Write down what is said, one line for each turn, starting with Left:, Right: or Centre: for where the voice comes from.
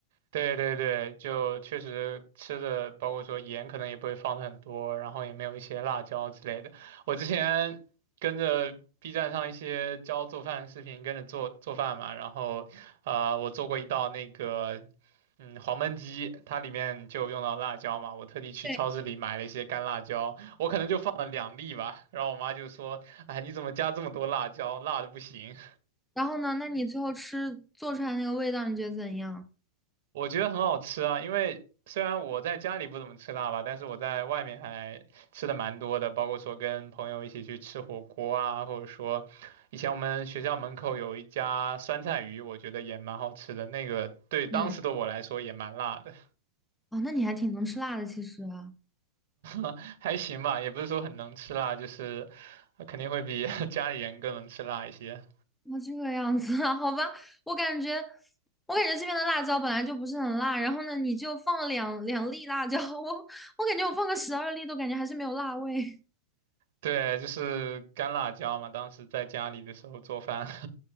Right: 对对对，就确实吃的，包括说盐可能也不会放的很多，然后也没有一些辣椒之类的。我之前跟着 B 站上一些教做饭的视频，跟着做做饭嘛，然后呃，我做过一道那个嗯黄焖鸡，它里面就用到辣椒嘛，我特地去超市里买了一些干辣椒，
Centre: 对，
Right: 我可能就放了两粒吧，然后我妈就说，哎，你怎么加这么多辣椒，辣的不行。
Centre: 然后呢，那你最后吃做出来那个味道，你觉得怎样？
Right: 我觉得很好吃啊，因为虽然我在家里不怎么吃辣吧，但是我在外面还吃的蛮多的，包括说跟朋友一起去吃火锅啊，或者说以前我们学校门口有一家酸菜鱼，我觉得也蛮好吃的，那个对当时的我来说也蛮辣的，
Centre: 嗯，哦，那你还挺能吃辣的，其实啊，
Right: <laughs> 还行吧，也不是说很能吃辣，就是呃肯定会比 <laughs> 家里人更能吃辣一些。
Centre: 哦，这个样子啊，<laughs> 好吧，我感觉，我感觉这边的辣椒本来就不是很辣，然后呢，你就放了两两粒辣椒，<laughs> 我我感觉我放个十二粒都感觉还是没有辣味
Right: 对，就是干辣椒嘛，当时在家里的时候做饭。<laughs>